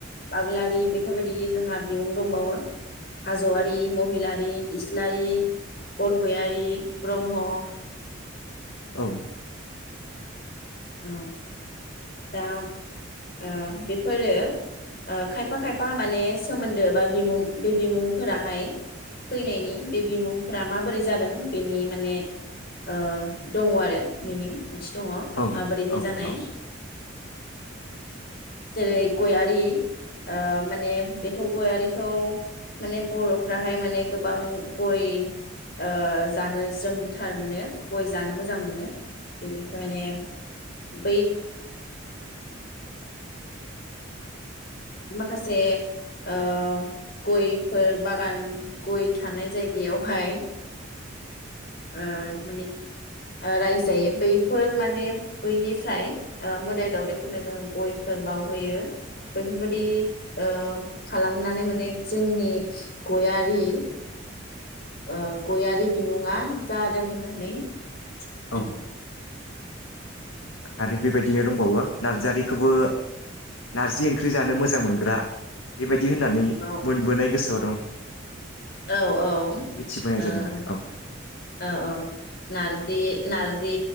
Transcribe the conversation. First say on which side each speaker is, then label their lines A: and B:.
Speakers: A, on the left (about 50°); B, on the left (about 80°).
A: बाग्लारि बेफोरबायदि जोंहा बिमुं दंबावो हाज'वारि, महिलारि, इसलारि, बरगयारि, ब्रह्म
B: औ
A: औ दा ओ बेफोरो ओ खायफा खायफा माने सोमोन्दो बा बिमुं बे बिमुंफोराहाय फैनायनि बे बिमुंफोरा माबोरै जादों बेनि माने ओ दङ आरो मिनिं ओंथि दङ
B: औ
A: माबोरैहाय
B: औ
A: जानाय
B: नंगौ
A: जेरै गयारि ओ माने बेखौ गयारिखौ बर'फ्राहाय मानो गोबां गय ओ जानो जोम <unintelligible> जानो मोजां मोनो बेनि थाखायनो <inaudible> ओ माखासे ओ गयफोर बागान गय थानाय जायगायावहाय ओ माने रायजो जायो बैफोर माने बैनिफ्राय ओ गयफोर बावहोयो बैफोर बायदि ओ नानै माने जोंनि गयारि ओ गयारि बिमुङा जादों होननानै <unintelligible>
B: औ आरो बेबायदिनो दंबावो नारजारिखौबो नारजि ओंख्रि जानो मोजां मोनग्रा बेबायदि होननानै
A: औ
B: मोनबोनाय गोसोआव दं
A: औ औ
B: मिथिबोनाय
A: ओ
B: जादों आरो औ
A: औ औ नारजि नारजि